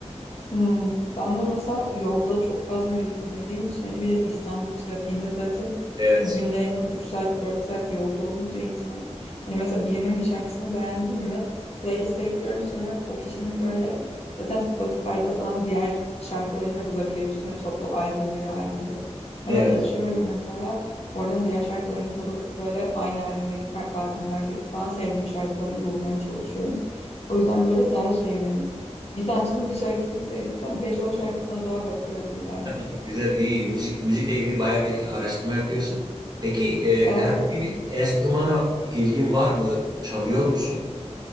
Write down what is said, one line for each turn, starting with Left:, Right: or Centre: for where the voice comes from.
Left: Hmm, Ben de mesela yolda çok fazla müzik dinlediğim için hani bir de İstanbul trafiğinde zaten
Right: Evet,
Left: e, günde en az 3 saat 4 saat yolda olunca insan hani mesela birinin bir şarkısını beğendim mi playlist'e ekliyorum sonra o kişinin böyle zaten Spotify'da falan diğer şarkılarını da bulabiliyorsun ya toplu albümleri halinde. Hemen
Right: evet.
Left: açıyorum mesela oradan diğer şarkılarını da bakıp böyle aynı albümdeki farklı albümlerdeki falan sevdiğim şarkılarını bulmaya çalışıyorum. O yüzden böyle daha şey hani bir sanatçının bir şarkısını sevdiysem beş on şarkısına daha bakıyorum yani.
Right: Güzel, iyi. Müzik, müzikle ilgili bayağı bir araştırma yapıyorsun. Peki e,
Left: Evet
Right: herhangi
Left: aslında.
Right: bir enstrümana ilgin var mı? Çalıyor musun?